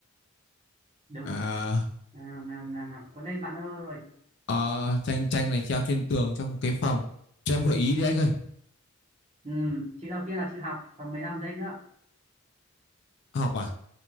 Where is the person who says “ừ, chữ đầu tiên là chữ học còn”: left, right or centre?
Right